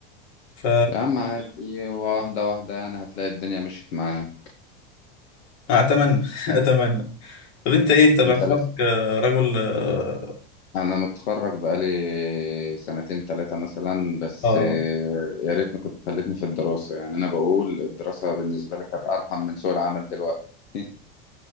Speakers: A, on the left; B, on the left.
A: ف
B: يا عم عادي هو واحدة واحدة يعني هتلاقي الدنيا مشيت معايا
A: اتمنى <laughs> اتمنى طب انت ايه انت باعتبارك
B: انت
A: آه، رجل اه
B: انا متخرج بقالي سنتين تلاتة مثلا بس
A: آه،
B: يا ريتني كنت خلتني في الدراسة يعني انا بقول الدراسة بالنسبة لك كانت ارحم من سوق العمل دلوقتي <laughs>